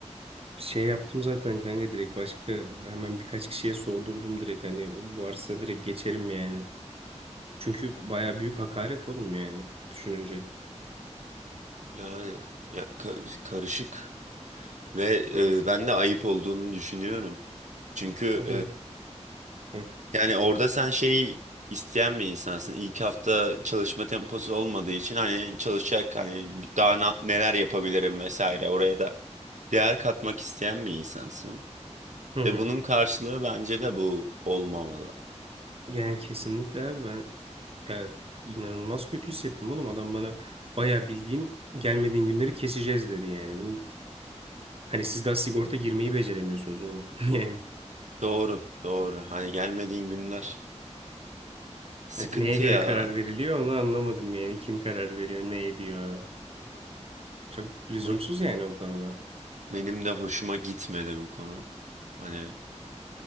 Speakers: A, on the right (about 55°); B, on the right (about 85°).
A: şey yaptım zaten kanka direkt başka hemen birkaç kişiye sordurdum direkt hani varsa direkt geçerim yani. Çünkü baya büyük hakaret oğlum yani düşününce.
B: Yani ya, ka- karışık ve
A: Evet.
B: e, ben de ayıp olduğunu düşünüyorum. Çünkü
A: Evet. Hı.
B: e, yani orada sen şeyi isteyen bir insansın. İlk hafta çalışma temposu olmadığı için hani çalışacak hani daha na- neler yapabilirim vesaire oraya da değer katmak isteyen bir insansın.
A: Hı hı.
B: Ve bunun karşılığı bence de bu olmamalı.
A: Yani kesinlikle abi ben Ya inanılmaz kötü hissettim oğlum. Adam bana bayağı bildiğin gelmediğin günleri keseceğiz dedi yani. Bu hani siz daha sigorta girmeyi beceremiyorsunuz oğlum. <laughs> Yani
B: Doğru, doğru. Hani gelmediğin günler sıkıntı
A: hani neye göre
B: ya.
A: karar veriliyor onu anlamadım yani. Kim karar veriyor, ne ediyor. Çok lüzumsuz
B: Ho-
A: yani o konuda.
B: Benim de hoşuma gitmedi bu konu. Hani